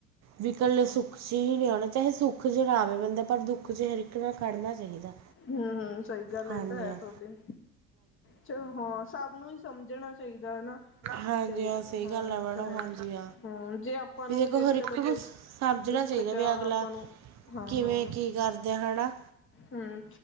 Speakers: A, on the right; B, on the left.
A: ਵਿਕਲੇ ਸੁੱਖ ਚ ਹੀ ਨਹੀਂ ਆਉਣਾ ਚਾਹੇ ਸੁੱਖ ਚ ਨਾ ਆਵੇ ਬੰਦਾ ਪਰ ਦੁੱਖ ਚ ਹ ਕਿਣਾ ਖੜਨਾ ਚਾਹੀਦਾ
B: ਹਮ ਹਮ ਸਹੀ ਗੱਲ
A: ਹਾਂਜੀ
B: ਇਹ ਤਾਂ ਹੈ
A: ਹਾਂ
B: ਤੁਹਾਡੀ ਚਲੋ ਹਾਂ ਸਭ ਨੂੰ ਹੀ ਸਮਝਣਾ ਚਾਹੀਦਾ ਹਨਾ।
A: ਹਾਂਜੀ
B: ਤੇ
A: ਸਹੀ
B: ਹਾਂ
A: ਗੱਲ ਮੈਡਮ
B: ਤਾਂ ਹੈ
A: ਹਾਂਜੀ
B: ਹਾਂ ਜੇ ਆਪਾਂ ਨੂੰ
A: ਦੇਖੋ
B: ਵੀ ਜੇ
A: ਹਰ ਇੱਕ
B: ਚਲੋ
A: ਨੂੰ
B: ਕੋਈ
A: ਸਮਝਣਾ
B: ਦੁੱਖ
A: ਚਾਹੀਦਾ
B: ਚ
A: ਵੀ
B: ਆਪਾਂ
A: ਅਗਲਾ
B: ਨੂੰ ਹਾਂ
A: ਕਿਵੇਂ
B: ਹਾਂ
A: ਕੀ ਕਰਦੇ ਹਨਾ
B: ਹਮ